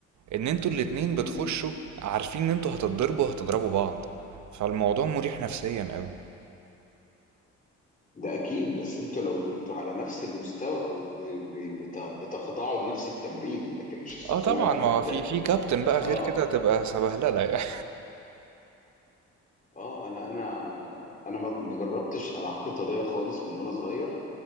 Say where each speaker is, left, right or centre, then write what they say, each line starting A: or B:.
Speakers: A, on the right; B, on the left.
A: ان انتوا الاتنين
B: امم
A: بتخشوا عارفين ان انتوا هتتضربوا هتضربوا بعض فالموضوع مريح نفسيا قوي
B: ده اكيد بس انتوا لو انتوا على نفس المستوى او ب... ب... بت... بتخضعوا لنفس التمرين لكن مش هتروح
A: اه طبعا
B: تلعب واحد
A: ما في في كابتن بقى
B: اه
A: غير كده تبقى سبهلله يعني
B: اه انا انا انا ما ما جربتش العاب قتالية خالص من وانا صغير